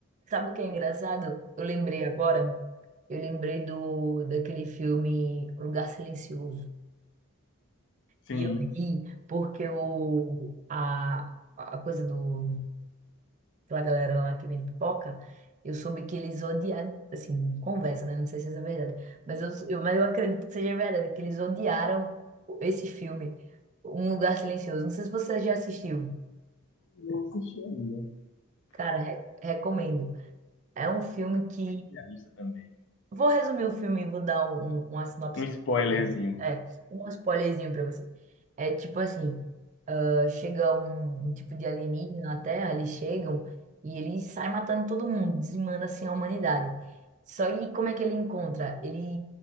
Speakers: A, on the right (about 35°); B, on the left (about 60°).
A: Sabe o que é engraçado? Eu lembrei agora, eu lembrei do daquele filme O Lugar Silencioso.
B: Sim.
A: E eu ri porque o, a, a coisa do aquela galera lá que vende pipoca, eu soube que eles odiaram, assim, conversa, né? Não sei se isso é verdade, mas eu, eu- mas eu acredito que seja verdade, que eles odiaram o- esse filme, Um Lugar Silencioso. Não sei se você já assistiu.
B: Não assisti ainda.
A: Cara, re- recomendo. É um filme que...
B: Minha lista também.
A: Vou resumir o filme e vou dar um, um- uma sinopse.
B: Um spoilerzinho.
A: É, um spoilerzinho pra você. É tipo assim, Chega um, um tipo de alienígena na Terra, eles chegam e ele sai matando todo mundo, dizimando assim a humanidade. Só que como é que ele encontra? Ele,